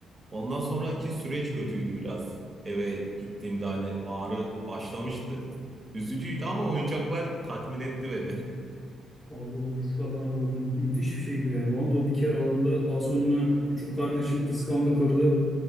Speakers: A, on the right; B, on the left.
A: Ondan sonraki süreç kötüydü biraz. Eve gittiğimde hani ağrı başlamıştı. Üzücüydü ama oyuncaklar tatmin etti beni.
B: Abi o disk atan robot mü- müthiş bir şeydi ya. Bana da o bir kere alındı. Daha sonra küçük kardeşim kıskandı kırdı.